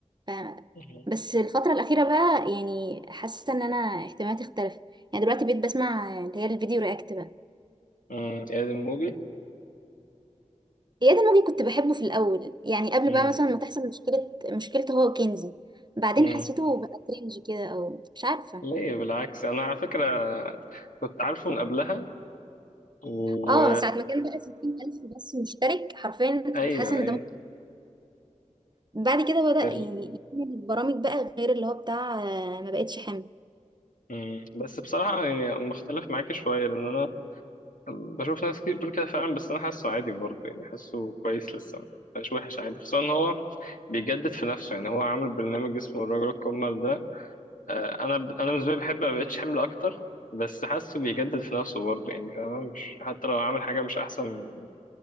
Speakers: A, on the right; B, on the left.
A: ف...
B: امم
A: بس الفترة الأخيرة بقى يعني حاسة إن أنا اهتماماتي اختلفت يعني دلوقتي بقيت بسمع اللي هي الفيديو رياكت بقى
B: امم اياد الموجي
A: إياد الموجي كنت بحبه في الأول يعني قبل
B: امم
A: بقى مثلا ما تحصل مشكلة مشكلته هو وكنزي بعدين
B: امم
A: حسيته بقى كرنج كده أو مش عارفة
B: ليه بالعكس انا على فكره كنت عارفه من قبلها و
A: اه ساعة ما كان بقى 60000 بس مشترك حرفيا
B: ايوه
A: كنت حاسة
B: ايوه
A: ان ده م- بعد كده بدأ
B: حلو.
A: ي- يعمل برامج بقى غير اللي هو بتاع آه، ما بقتش حامل
B: امم بس بصراحه يعني مختلف معاكي شويه لان انا بشوف ناس كتير بتقول كده فعلا بس انا حاسه عادي برضه يعني حاسه كويس لسه مش وحش عادي خصوصا ان هو بيجدد في نفسه يعني هو عامل برنامج اسمه الرجل الكمل ده آه، انا ب... انا بالنسبه لي بحب ما بقتش حمل اكتر بس حاسه بيجدد في نفسه برضه يعني فاهم مش حتى لو عامل حاجه مش احسن